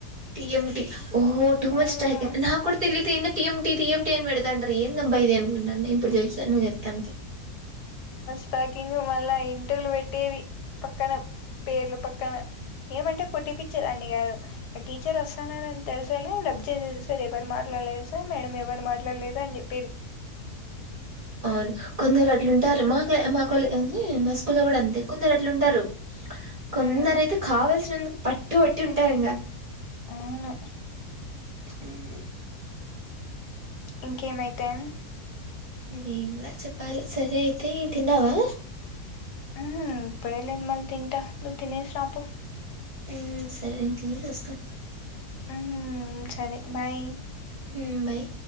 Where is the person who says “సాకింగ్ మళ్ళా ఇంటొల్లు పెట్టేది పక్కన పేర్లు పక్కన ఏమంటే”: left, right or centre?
Left